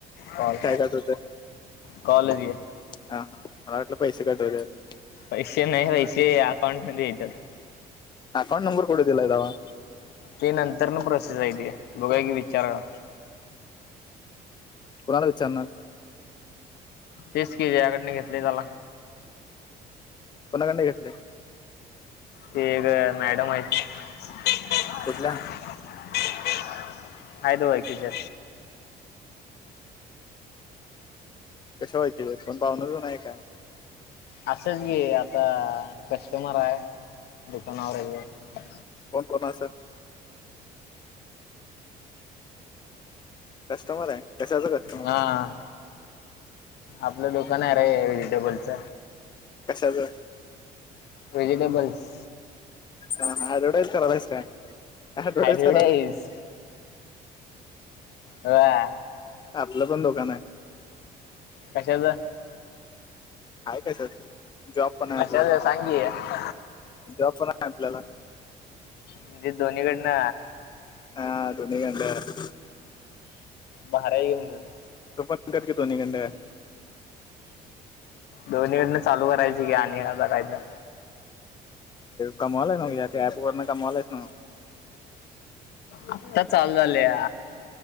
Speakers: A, on the left (about 75°); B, on the left (about 25°).
A: कॉल
B: काय कट होतंय
A: कॉल रे.
B: हा हा मला वाटलं पैसे कट हो त्यात.
A: पैसे नाही पैसे अकाउंट मध्ये याेतात.
B: अकाउंट नंबर कुठे दिलाय तवा
A: ते नंतर न प्रोसेस हाय ते, बघूया की विचारूया.
B: कुणाला विचारणार?
A: तेच की ज्याकडने घेतली त्याला.
B: कोणाकडन घेतले?
A: ते ग मॅडम आहेत. <inaudible>
B: कुठल्या
A: <inaudible> <inaudible> हाईट ओळखीच्या.
B: कशा ओळखीच्या, आहेत कोण पाहून आहेत काय?
A: असेच गी आता कस्टमर आहे दुकानावरयेतात.
B: कोण कोण अस? कस्टमर आहे कशाचं कस्टमर
A: हा. आपलं दुकान आहे र वेहेजिटेबलच.
B: कशाचं
A: वेजिटेबल्स.
B: हा हा ऍडव्हर्टाईस करालायस काय? ऍडव्हर्टाईज
A: ॲडवटाईज
B: करायलाच
A: होय.
B: आपलं पण दुकान आहे
A: कशाच?
B: आहे कस जॉब पण आहे
A: कशाचं
B: आपल्याला,
A: सांग की
B: जॉब पण आहे आपल्याला.
A: म्हणजे दोन्हीकडनं.
B: हा दोन्हीकडं
A: भारी की मग तुझं.
B: तू पण कर की दोन्हीकडंन.
A: दोन्हीकडन चालू करायची की आणि आता कायतर.
B: कमावाला ना या कॅप वगरणा कमावालायच ना <unintelligible>
A: आत्ता चालू झाल्या.